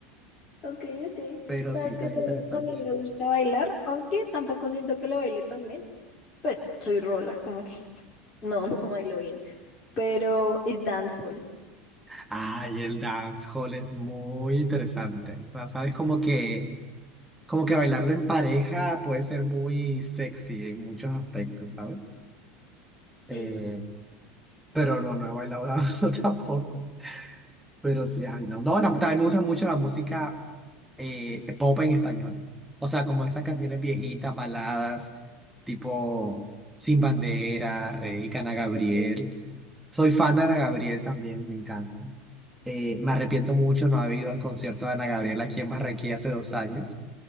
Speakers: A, on the left (about 35°); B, in the centre.
A: Ok, ok.
B: Pero
A: ¿Sabes
B: sí, sería
A: qué otro
B: interesante.
A: también me gusta bailar? Aunque tampoco siento que lo baile también. pues soy rola, como que <laughs> no, no bailo bien, pero es dancehall,
B: Ay, el dancehall es muy interesante. O sea, sabes como que, como que bailarlo en pareja puede ser muy sexy en muchos aspectos, ¿sabes? Eh,
A: sí.
B: pero no, no he bailado <laughs> tampoco. Pero sí, ay, no. No, la- también me gusta mucho la música eh, pop en español. O sea, como esas canciones viejitas, baladas, tipo Sin Bandera, Rey, Ana Gabriel.
A: Ok.
B: Soy fan de Ana Gabriel también, me encanta. Eh, me arrepiento mucho no haber ido al concierto de Ana Gabriel aquí en Barranquilla hace dos años.